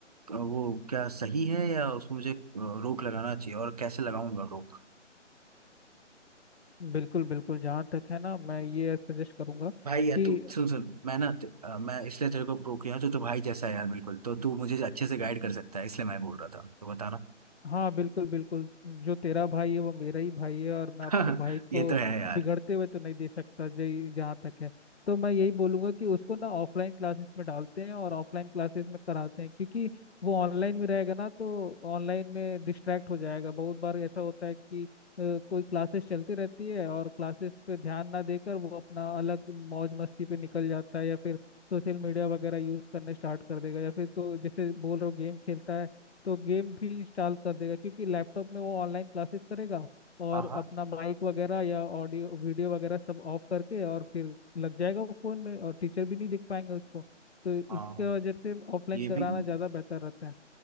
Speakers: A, on the right; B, on the left.
A: वो क्या सही है या उसको मुझे अ, रोक लगाना चाहिए और कैसे लगाऊंगा रोक
B: बिल्कुल बिल्कुल जहाँ तक है ना मैं ये सजेस्ट करूंगा
A: भाई यार
B: कि
A: तू सुन सुन मैं ना ते- अ, मैं इसलिए तेरे को प्रो किया हूं, तू तो भाई जैसा है यार बिल्कुल तो तू मुझे अच्छे से गाइड कर सकता है इसलिए मैं बोल रहा था तो बताना
B: हाँ बिल्कुल बिल्कुल जो तेरा भाई है वो मेरा ही भाई है और मैं
A: <laughs>
B: अपने भाई को
A: ये तो है यार
B: बिगड़ते हुए तो नहीं दे सकता जी जहाँ तक है तो मैं यही बोलूंगा कि उसको ना ऑफलाइन क्लासेस में डालते हैं और ऑफलाइन क्लासेस में कराते हैं क्योंकि वो ऑनलाइन में रहेगा ना तो ऑनलाइन में डिस्ट्रैक्ट हो जाएगा बहुत बार ऐसा होता है कि अ, कोई क्लासेस चलती रहती है और क्लासेस पे ध्यान ना देकर वो अपना अलग मौज मस्ती पे निकल जाता है या फिर सोशल मीडिया वगैरह यूज करने स्टार्ट कर देगा या फिर तो जैसे बोल रहे हो गेम खेलता है तो गेम भी इंस्टॉल कर देगा क्योंकि लैपटॉप में वो ऑनलाइन क्लासेस करेगा और
A: हाँ हाँ
B: अपना माइक वगैरह या ऑडियो वीडियो वगैरह सब ऑफ करके और फिर लग जाएगा वो फोन में और टीचर भी नहीं देख पाएंगे उसको तो इसके
A: हाँ
B: वजह से ऑफलाइन
A: ये
B: कराना
A: भी
B: ज़्यादा बेहतर रहता है